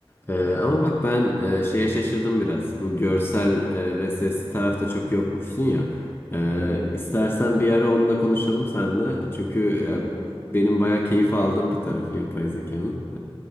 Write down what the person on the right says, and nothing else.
Evet,
iyi olur.